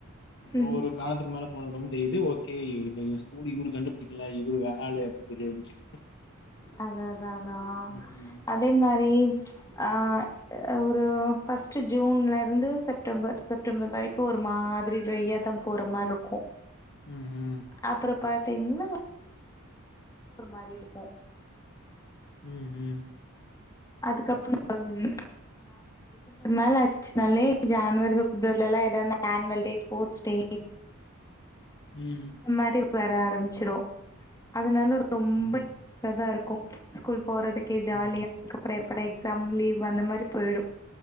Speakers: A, on the left; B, on the left.
A: அப்புற
B: ம்.
A: ஒரு காலத்துக்கு மேல போனது வந்த இது ஓகே இந்த ஸ்கூல் இவரு கண்டுபுடிக்கல இவரு வேறாலு அப்டினு தெரிய வந்துச்சு
B: அதா அதா அதா
A: உம்
B: அதே மாரி அ ஆ ஒரு ஃபர்ஸ்ட் ஜூன்ல இருந்து செப்டம்பர் செப்டம்பர் வரைக்கு ஒரு மாதிரி டிரையாதா போற மாரி இருக்கு
A: ம் ம்
B: அப்புற பாத்தீங்கன்னா ஒரு மாரி இருக்கு
A: உம் உம்
B: அதுக்கப்புறோ <unintelligible> அது நா டிசம்பர் மேல ஆச் ச்சு பண்ணி ஜேன்வரி பிப்ரவரில எல்லா எதாவது ஆனுவல் டே ஸ்போர்ட்ஸ் டே
A: ம்
B: இந்த மாரி வர ஆரம்பிச்சிரோ அதனால ரொம்ப
A: ஆமா
B: நல்லாதா இருக்கோ ஸ்கூல் போறதுக்கே ஜாலியா
A: உம்
B: அதுக்கப்புறோ எப்படா எக்ஸாம் லீவ் அந்த மாரி போயிடோ